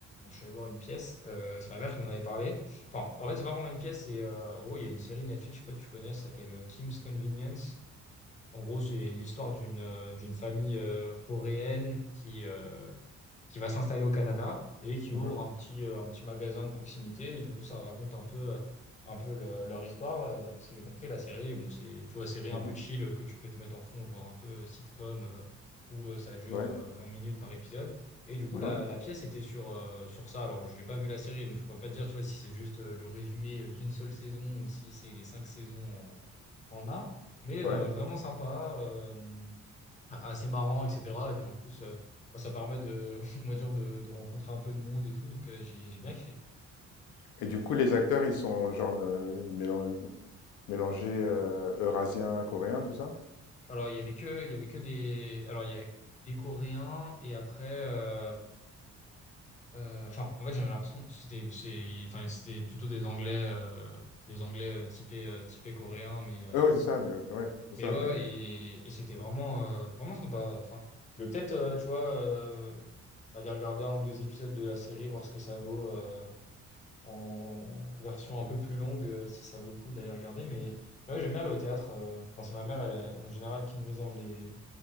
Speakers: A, on the left; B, on the left.
A: je suis allé voir une pièce. euh, c'est ma mère qui m'en avait parlé. Enfin, en fait, c'est pas vraiment une pièce. C'est, euh, en gros, il y a une série Netflix, je sais pas si tu connais, ça s'appelle euh, Kim's Convenience. En gros, c'est l'histoire d'une euh, d'une famille euh, coréenne qui, euh, qui va s'installer au Canada et qui
B: Mhm,
A: ouvre un petit, euh, un petit magasin de proximité. Et du coup, ça raconte un peu, euh, un peu le- leur histoire. Euh, D'après ce que j'ai compris, la série, bon, c'est, tu vois, série un
B: mhm.
A: peu chill euh, que tu peux te mettre en fond, genre un peu euh, sitcom, euh, où euh, ça dure
B: Ouais.
A: euh, 20 minutes par épisode. Et du coup,
B: mhm,
A: la, la pièce était sur, euh, sur ça. Alors, je n'ai pas vu la série, donc je ne pourrais pas te dire, tu vois, si c'est juste euh, le résumé euh, d'une seule saison ou si c'est les cinq saisons en, en un. Mais
B: ouais.
A: euh, vraiment sympa. euh, a- assez marrant, etc. Et puis en plus, euh, bon, ça permet de, <laughs> on va dire, de, de rencontrer un peu de monde et tout. Donc euh, j'ai j'ai bien kiffé.
B: Et du coup, les acteurs, ils sont genre euh, mélan- mélangés euh, eurasiens, coréens, tout ça?
A: Alors il y avait que, il y avait que des, alors il y avait des Coréens et après, euh, euh, enfin en fait j'avais l'impression que c'était, c'est, enfin c'était plutôt des Anglais, euh, des Anglais euh, typés, euh, typés coréens, mais euh,
B: Ah oui, c'est ça, euh, ouais, c'est ça.
A: mais ouais
B: des-
A: ouais, et, et c'était vraiment, euh, vraiment sympa. Enfin, je vais peut-être, euh, tu vois. euh, aller regarder un ou deux épisodes de la série, voir ce que ça vaut. euh, en version un peu plus longue euh, si ça vaut le coup d'aller regarder. Mais ouais, j'aime bien aller au théâtre. euh, Enfin, c'est ma mère, elle, en général, qui nous réserve les,